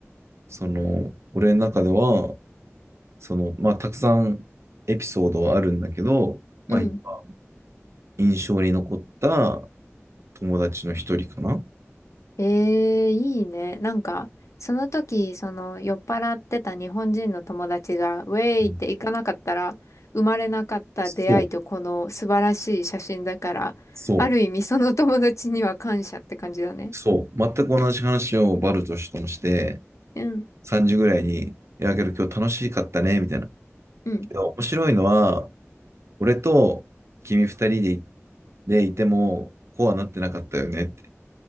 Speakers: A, on the right (about 65°); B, on the left (about 80°).
A: その、俺の中では、その、まあ、たくさんエピソードはあるんだけど、まあ、
B: うん。
A: 一番印象に残った友達の一人かな。
B: ええ、いいね。なんか、その時、その酔っ払ってた日本人の友達が、ウェイって行かなかったら、
A: うん
B: 生まれなかった出会いとこの素晴らしい写真だから、
A: そう、そう、
B: ある意味その友達には感謝って感じだね。
A: そう。全く同じ話をバルトしともして、
B: うん、
A: 3時ぐらいに、いや、けど今日楽しかったね、みたいな。
B: うん、
A: けど面白いのは、俺と君二人でい、でいても、こうはなってなかったよね。